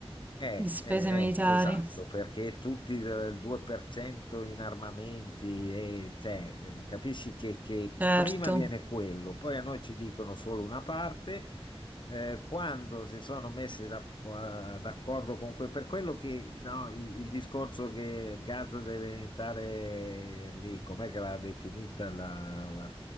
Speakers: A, on the left; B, on the right.
A: Eh,
B: di spese
A: eh, eh,
B: militari,
A: esatto, perché tutti del 2% in armamenti, e, cioè, eh, capisci che, che
B: certo.
A: prima viene quello, poi a noi ci dicono solo una parte, eh, quando si sono messi da- eh, d'accordo con quel, per quello che no, il, il discorso che Gaza deve diventare lì, com'è che l'ha definita la, la-